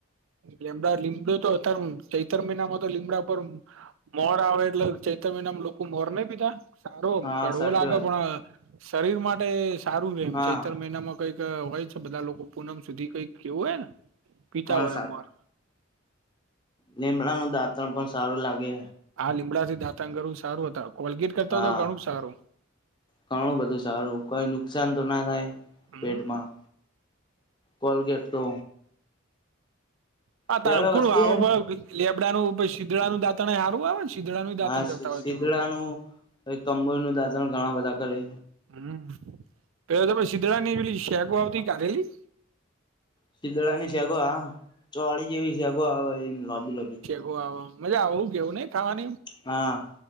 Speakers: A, on the right; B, on the left.
A: લમડા લીમડું તો અતાર ચતર મહિના માં તો લીમડા પર મોર આવે એટલે ચૈત મહિનામ લોકો મોર નહી પીધા. સારો એમ
B: હા
A: કડવો
B: સાચી
A: લાગે
B: વાત
A: પણ શરીર માટે સારું રમ
B: હા
A: ચૈતર મહિનામાં કઈક હોય છે બધા લોકો પૂનમ સુધી કઈક કેવું હોય ને. પીતા
B: હા
A: હોય ઉર
B: લીમડા ન દાંતણ પણ સારું લાગે.
A: આ લીમડાથી દાતંગરવું સારું હત કોલગીટ કરતા
B: હા.
A: હતો ઘણું સારું.
B: ઘણું બધું સારું કોઈ નુકસાન તો ના થાય.
A: હમ
B: પેટમાં કોલગેટ તો
A: આા
B: પેલા
A: તણ કોુણ
B: વસ્તી
A: હ
B: હેન
A: લેબડાનું શીધડાાનું દાંત સારું આવે ને. શીદડાનું દાંતણ
B: હા
A: કરતા હોય
B: શીતળાનું
A: છે લોકો
B: કંબોળ નું દાંતણ ઘણા બધા કરે.
A: હમ પેલા તો શીધડાાની પેલી શેક આવતી કાઢેલી.
B: શીદડાની સેગો હ ચોળી જેવી સેગો આવે એ લોબી લોબી.
A: ઓ મજા આવું કેવું ને ખાવાની
B: હા